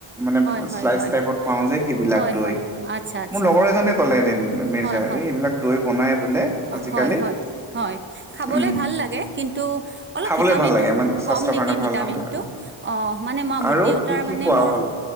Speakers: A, in the centre; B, on the right.
A: মানে
B: হয় হয়
A: শ্লাইচ
B: হয়
A: টাইপত পাওঁ যে সেইবিলাক
B: হয়
A: দৈ
B: হয় আচ্ছা আচ্ছা
A: মোৰ লগৰ এজনে ক'লে এদিন মিৰ্জা
B: হয় হয়
A: এই এইবিলাক দৈ বনাই বোলে আজিকালি
B: হ'য়, হ'য়, হ'য় খাবলে
A: উম
B: ভাল লাগে কিন্তু অলপ
A: খাবলৈ
B: ভিটামিনটো
A: ভাল লাগে ইমান স্বাস্থ্যৰ
B: কম নেকি,
A: কাৰণে ভাল
B: ভিটামিনটো
A: নহয়
B: অ মানে মই
A: আৰু
B: দেউতাৰ
A: কি কি
B: মানে
A: খোৱা
B: মোৰ
A: হ'ল